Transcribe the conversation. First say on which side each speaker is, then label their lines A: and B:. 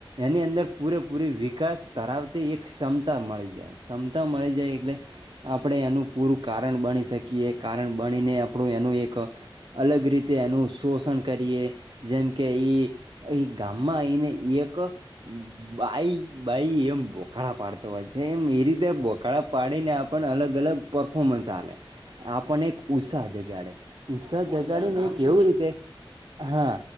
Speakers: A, on the right; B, on the right.
A: એની અંદર પૂરેપૂરી વિકાસ ધરાવતી એક ક્ષમતા મળી જાય ક્ષમતા મળી જાય એટલે આપણે એનું પૂરું કારણ ભણી શક કીએ, કારણ ભણીને આપણું એનું એક, અલગ રીતે એનું સોષણ કરીએ જેમ કે ઈ અહીં ગામમાં એઈને એક બાઈ બાઈ એમ બોખળા પાડતો હોય છે, એમ એ રીતે બોખાળા પાડીને આપણ અલગ અલગ પરફોર્મન્સ આલ, આપણને એક ઉત્સાહ જગાડ ઉસાહ
B: કોણ
A: જગાડીને
B: એનું નામ
A: કેવું
B: શું છે?
A: રીતે? હા